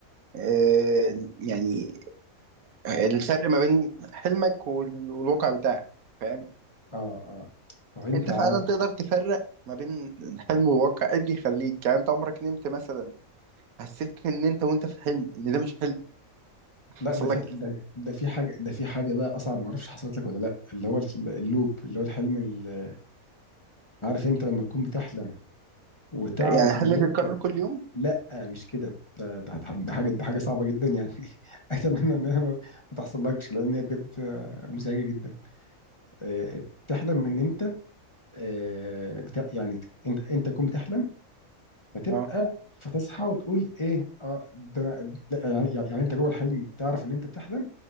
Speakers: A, on the right; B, on the left.
A: آه يعني الفرق ما بين حلمك وال- والواقع بتاعك فاهم
B: اه اه طب انت
A: انت
B: عارف
A: فعلا تقدر تفرق ما بين الحلم والواقع ايه اللي يخليك يعني انت عمرك نمت مثلا حسيت ان انت وانت في الحلم ان ده مش حلم
B: لا
A: حصل
B: ده في
A: لك
B: ده, ده في حاجه ده في حاجه بقى اصعب ما اعرفش حصلت لك ولا لا اللي هو ال- اللوب اللي هو الحلم ال- عارف انت لما تكون بتحلم وتعرف
A: يعني الحلم
B: ان انت
A: بيتكرر كل يوم
B: لا مش كده ده ده ده ده حاجه ده حاجه صعبه جدا يعني <laughs> اتمنى انها ما ما تحصلكش لان هي بجد آه، مزعجه جدا آه، تحلم ان انت آه، بتا... يعني انت انت تكون بتحلم فتبقى
A: اه
B: فتصحى وتقول ايه اه ده انا لا، يعني يعني انت جوه الحلم تعرف ان انت بتحلم